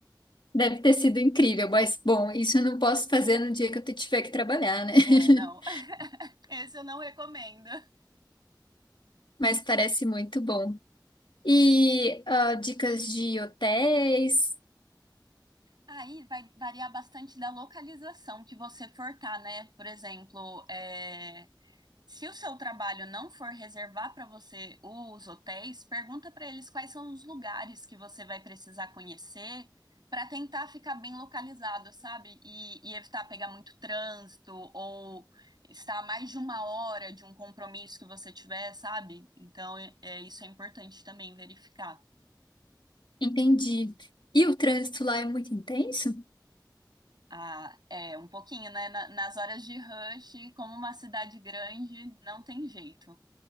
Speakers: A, on the left; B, on the right.
A: Deve ter sido incrível, mas, bom, isso eu não posso fazer no dia que eu tiver que trabalhar, né? <laughs>
B: É, não. Esse eu não recomendo.
A: Mas parece muito bom. E ah, dicas de hotéis,
B: Aí vai variar bastante da localização que você for tá, né? Por exemplo, é, Se o seu trabalho não for reservar para você os hotéis, pergunta para eles quais são os lugares que você vai precisar conhecer para tentar ficar bem localizado, sabe? E, e evitar pegar muito trânsito ou estar a mais de uma hora de um compromisso que você tiver, sabe? Então, é, é- isso é importante também verificar.
A: entendi. E o trânsito lá é muito intenso?
B: Ah, é um pouquinho, né? Na- nas horas de rush, como uma cidade grande, não tem jeito.